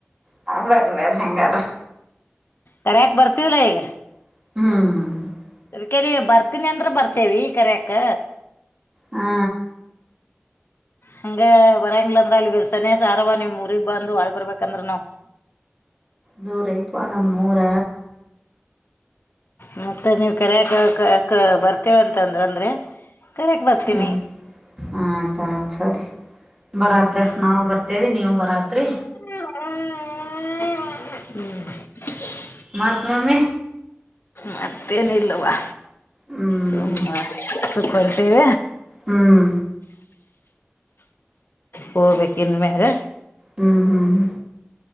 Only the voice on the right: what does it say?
ಬರ ಬರ್ ಹೆಂಗಾರ
ಹ್ಮ್
ಹಾ
ದೂರ ಐತವಾ ನಮ್ಮ ಊರ
ಹ್ಮ್ ಆಯತ್ತ್ ಸರಿ ಬರತ್ರ
ನಾವು ಬರ್ತೇವಿ ನೀವು ನವರಾತ್ರಿ
ಮಹತ್ತ್ವಮ
ಹ್ಮ್
ಹ್ಮ್
ಹ್ಮ್ ಹ್ಮ್ ಹ್ಮ